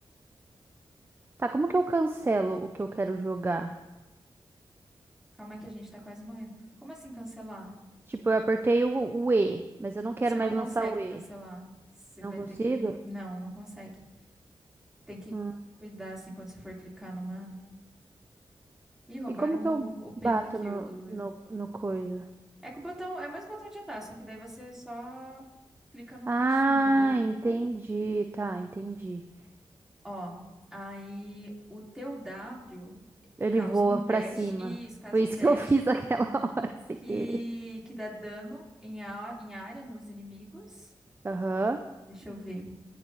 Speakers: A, on the right (about 25°); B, in the centre.
A: Tá, como que eu cancelo o que eu quero jogar?
B: Calma aí que a gente tá quase morrendo. Como assim cancelar?
A: Tipo, eu apertei o, o E, mas eu não quero
B: Você
A: mais
B: não consegue
A: lançar o E.
B: cancelar. Você vai
A: Não consigo?
B: ter que. Não, não consegue. Tem que
A: Hum.
B: cuidar assim quando você for clicar numa. Ih, roubaram
A: E como que eu
B: o, o pentakill
A: bato no,
B: do.
A: no, no coisa?
B: É que o botão. É o mesmo botão de andar, só que daí você só clica no
A: Ah,
B: bichinho, entendeu?
A: entendi. Tá, entendi.
B: Ó, aí o teu W
A: Ele
B: causa
A: voa
B: um dash.
A: pra cima.
B: Isso, causa
A: Foi
B: um
A: isso
B: dash
A: que eu <laughs> fiz aquela hora, sem
B: que,
A: querer.
B: que dá dano em, a, em área nos inimigos.
A: Aham.
B: Deixa eu ver.